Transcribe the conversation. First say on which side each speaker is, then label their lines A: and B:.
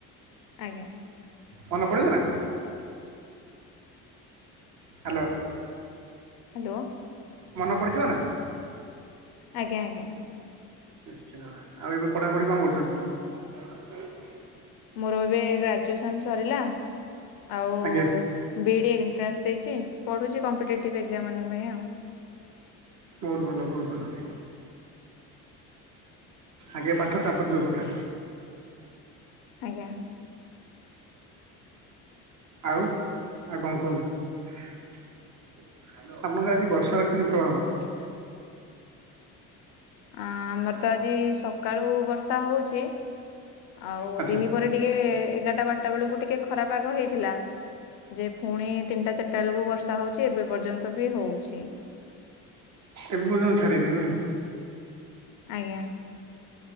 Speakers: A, on the left; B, on the right.
A: ଆଜ୍ଞା।
B: ମନେ ପଡିଲା? ହାଲୋ।
A: ହାଲୋ।
B: ମନେ ପଡ଼ିଯିବ ନା?
A: ଆଜ୍ଞା ଆ
B: ନିଶ୍ଚିନ୍ତ ଭାବେ ଆଉ ଏବେ ପଠ଼ାପଢି କଣ କରୁଚନ୍ତି? <unintelligible>
A: ମୋର ଏବେ ଗ୍ରାଜୁଏସନ ସରିଲା ଆଉ
B: ଆଜ୍ଞା
A: ବି ଇ ଡି ଏଣ୍ଟ୍ରାନ୍ସ ଦେଇଚି ପଢ଼ୁଚି କମ୍ପିଟେଟିଭ୍ ଏକ୍ଜାମ ମାନ ପାଇଁ ଆଉ।
B: ବହୁତ ଭଲ ବହୁତ ଭଲ। ଆଗେ ପାଠ ତାପରେ ଯୋଉ କଥା।
A: ଆଜ୍ଞା।
B: ଆଉ ଆଉ କଣ କୁହନ୍ତୁ। ଆପଣଙ୍କର ଆଜି ବର୍ଷା କେମିତି ପ୍ରଭାବ?
A: <unintelligible> ଆ ଆମର ତ ଆଜି ସକାଳୁ ବର୍ଷା ହଉଚି। ଆଉ
B: ଆଚ୍ଛା
A: ଦିହି ପରେ ଟିକେ ଏଗାରଟା ବାରଟା ବେଳକୁ ଟିକେ ଖରାପ ପାଗ ହେଇଥିଲା। ଯେ ପୁଣି ତିନିଟା ଚାରିଟା ବେଳକୁ ବର୍ଷା ହଉଚି ଏବେ ପର୍ଯ୍ୟନ୍ତ ବି ହଉଚି।
B: ଏବେ ପର୍ଯ୍ୟନ୍ତ ଛାଡ଼ିନି ନା?
A: ଆଜ୍ଞା।